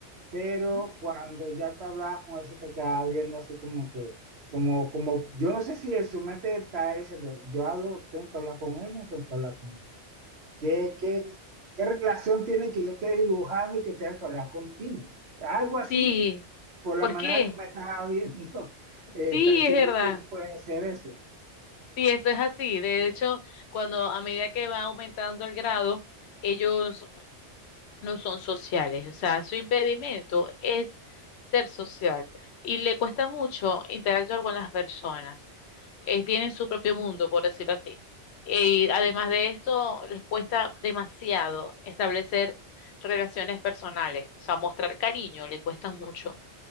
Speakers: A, on the right; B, on the left.
A: pero
B: ¿Mm?
A: cuando ya te hablabas con él se te quedaba viendo así como que, como, como, yo no sé si en su mente está diciendo, yo hablo, tengo que hablar con él, no tengo que hablar con él. ¿Qué, qué, qué relación tiene que yo esté dibujando y que tenga que hablar contigo? Algo así,
B: Sí,
A: por la
B: ¿por
A: manera
B: qué?
A: que me estás viendo, <laughs> eh,
B: Sí,
A: percibí
B: es verdad.
A: que puede ser eso.
B: Sí, eso es así. De hecho, cuando a medida que va aumentando el grado, ellos no son sociales. O sea, su impedimento es ser social y le cuesta mucho interactuar con las personas. Eh, tienen su propio mundo, por decirlo así. Y además de esto, les cuesta demasiado establecer relaciones personales. O sea, mostrar cariño, le cuesta mucho